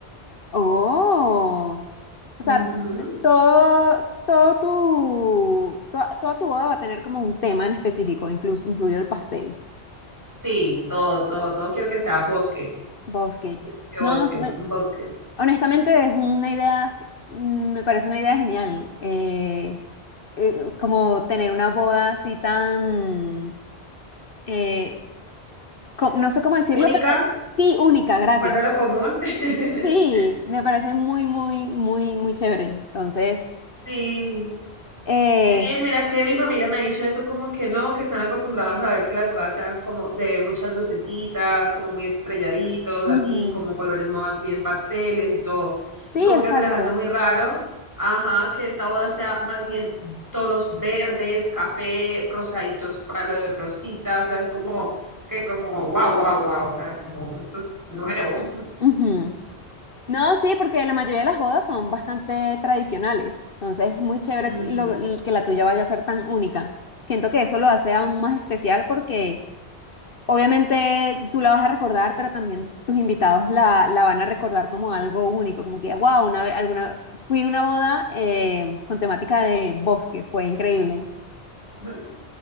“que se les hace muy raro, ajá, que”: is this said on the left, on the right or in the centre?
Right